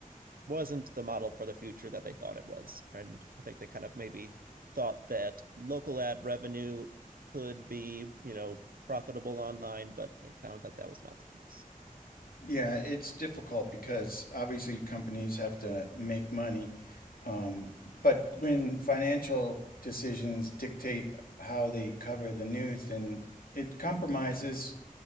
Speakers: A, on the right; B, on the left.
A: wasn't the model for the future that they thought it was. And I think they kind of maybe thought that local ad revenue could be you know profitable online, but they found that that was not the case.
B: Yeah, it's difficult because obviously companies have to make money, um, but when financial decisions dictate how they cover the news, then it compromises